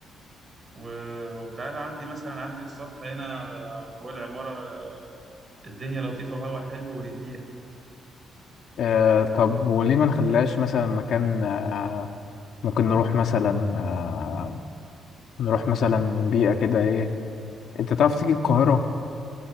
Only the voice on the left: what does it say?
إيه طب وليه ما نخليهاش مثلا مكان آه، ممكن نروح مثلا آه، نروح مثلا بيئة كده ايه انت تعرف تيجي القاهرة